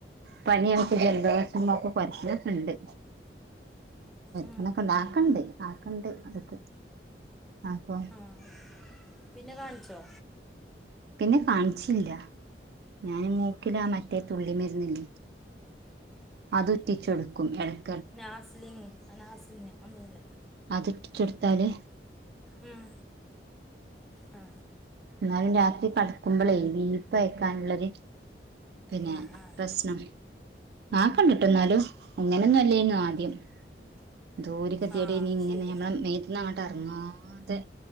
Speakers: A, on the right (about 60°); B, in the centre.
A: പനിയായിറ്റ് ജലദിവസ എന്നൊക്കെ പരച്ചൊക്ക ഉണ്ട്
B: ഉം.
A: പ്പണൊക്കെണ്ട ആക്കണ്ട് ആക്കണ്ട് അതൊക്കെ അപ്പൊ
B: ആഹ പിന്നെ കാണിച്ചോ
A: പിന്നെ കാൺച്ചില്ല ഞാനും മൂക്കില്ല മറ്റേ തുള്ളി മരുന്നില്ലേ അതൊറ്റിചൊടുക്കും എടക്
B: നാസലിങ് അനാസ്ലിംഗ് അയൊന്നല്ല
A: അതൊറ്റിചൊട്ത്താല്
B: ഉം ഹാ
A: എന്നാലും രാത്രി കടക്കുമ്പളയ് വി ഇപ്പയ്ക്കാനുള്ളൊരു പിന്നെ
B: ആ ആ
A: പ്രശ്നം ആകണ്ട്ട്ടാന്നാലു അങ്ങനൊന്നും അല്ലേയ്ന്നു ആദ്യം എന്തോരു ഗതിയേഡ്
B: ആ
A: എരുന്ന്ഇങനെ
B: അത് ശരിയാ
A: ഞമ്മളെ മേ‌ത്ന്ന് അങ്ങോട് അറങ്ങാതെ